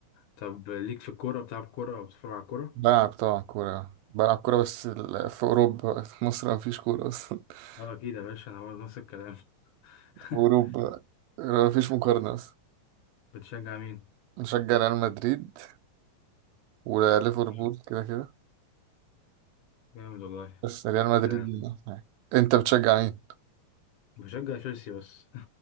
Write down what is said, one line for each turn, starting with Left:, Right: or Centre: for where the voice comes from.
Left: طب ليك في الكورة بتلعب كورة أو بتتفرج على الكورة
Right: بلعب طبعا كورة بلعب كورة بس ال- في أوروبا في مصر مفيش كورة أصلا <laughs>
Left: أه أكيد يا باشا أنا برضه نفس الكلام <laughs>
Right: في أوروبا مفيش مقارنة أصلا
Left: بتشجع مين
Right: بشجع ريال مدريد وليفربول
Left: جامد
Right: كده كده
Left: جامد والله
Right: بس ريال مدريد
Left: آه،
Right: يعني. أنت بتشجع مين؟
Left: بشجع تشيلسي بس <laughs>